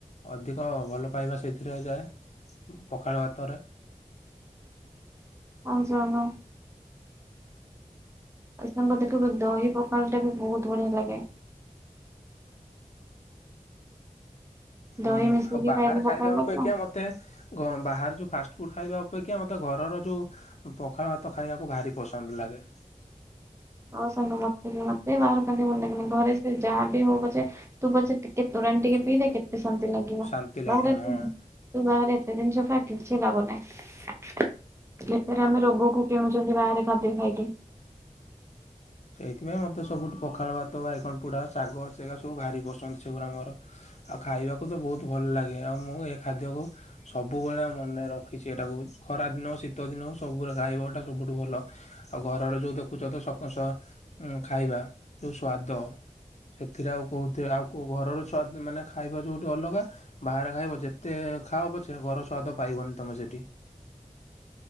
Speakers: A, on the left; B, on the right.
A: ଅଧିକ ଭଲ ପାଇବା ସେଥିରେ ଯାଏ। ପଖାଳ ହାତରେ।
B: <unintelligible> ଆଉ ସାଙ୍ଗ ଦେଖିବୁ ଦହି ପଖାଟା ବି ବହୁତ ବଢିଆ ଲାଗେ।
A: ହୁଁ
B: ଦହି ମିଶେଇକି
A: ଆଉ ବାହାରେ
B: ଖାଇବୁ
A: ଖାଇବା
B: ପଖାଳ
A: ଅପେକ୍ଷା
B: ଭାତ
A: ମ ତେ ଘ ବାହାରେ ଯୋଉ ଫାଷ୍ଟ ଫୁଡ ଖାଇବା ଅପେକ୍ଷା ମତେ ଘରର ଯୋଉ ପଖାଳ ଭାତ ଖାଇବାକୁ ଭାରି ପସନ୍ଦ ଲାଗେ।
B: ହଉ ସାଙ୍ଗ ମତେ ବି ମତେ ବି ବାହାର ଖାଇଲେ ଭଲ ଲାଗେନି। ଘରେ ସେ ଯାହା ବିି ହଉ ପଛେ ତୁ ପଛେ ଟିକେ ତୋରାଣି ଟିକେ ପିଇଦେ କେତେ ଶାନ୍ତି ଲାଗିବ
A: ଶାନ୍ତି ଲାଗିବ
B: ବାହାରେ
A: ହଁ।
B: ତୁ ବାହାରେ ଏତେ ଜିନିଷ ଖାଁ କିଛି ଲାଭ ନାହିଁ। ବେକାର ଆମେ ରୋଗକୁ କିନୁଛୁନ୍ତି ବାହାରେ ଖାଦ୍ୟ ଖାଇକି।
A: ସେଇଥିପାଇଁ ମତେ ସବୁଠୁ ପଖାଳ ଭାତ, ବାଇଗଣ ପୁଡା, ଶାଗ ସେଇଅକ ସବୁ ଭାରି ବସନ୍ଦ ସେଗୁରା ମୋର। ଆଉ ଖାଇବାକୁ ତ ବହୁତ ଭଲ ଲାଗେ ଆଉ ମୁଁ ଏ ଖାଦ୍ୟକୁ ସବୁବେଳେ ମନେ ରଖିଛି ଏଟାକୁ। ଖରା ଦିନ, ଶୀତ ଦିନ ହଉ ସବୁରେ ଗାଇବ ଏଟା ସବୁଠୁ ଭଲ। <unintelligible> ସେଥିରେ ଆଉ କହୁଥିରେ ଆଉ କେଉଁ ଘର ସ୍ୱାଦ ମାନେ ଖାଇବା ଯେଉଁଠି ଅଲଗା। ବାହାରେ ଖାଇବ ଯେତେ ଖାଅ ପଛେ ଘର ସ୍ୱାଦ ପାଇବନି ତମେ ସେଠି।